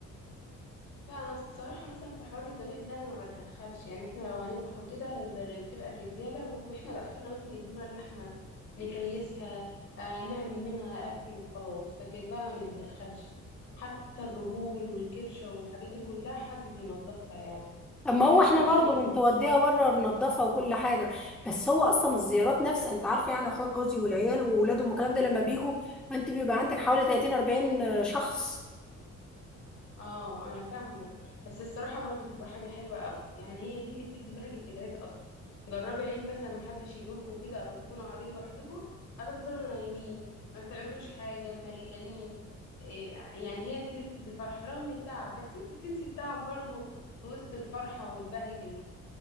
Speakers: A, on the left; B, in the centre.
A: لا انا الصراحه مثلا في حوار الذبيح ده انا ما بتدخلش يعني احنا لو هنذبح وكده بر- بتبقى الرجاله واحنا باخرنا مثلا يدونا اللحمه نكيسها آه نعمل منها اكل وخلاص لكن بقى ما نتدخلش حتى الرجول والكرشه والحاجات دي كلها حد بينظفها يعني
B: اما هو
A: احنا
B: احنا
A: ما بنعملش
B: برضو
A: اي
B: بنتوديها
A: حاجه
B: بره ننضفها وكل حاجه بس هو اصلا الزيارات نفسها انت عارفه يعني اخوات جوزي والعيال واولادهم والكلام ده لما بيجوا انت بيبقى عندك حوالي 30 40 شخص
A: اه انا فاهمه بس الصراحه برضو بتبقى حاجه حلوه قوي يعني هي دي اللي بتدي بهجه العيد اصلا جربي عيد مثلا محدش يجيلكوا كده او تكونوا قاعدين لوحدكم هتفضلوا نايمين ما بتعملوش حاجه ملانين إيه، يعني هي دي اللي بتدي فرحه رغم التعب بس انت بتنسي التعب برضو في وسط الفرحه والبهجه دي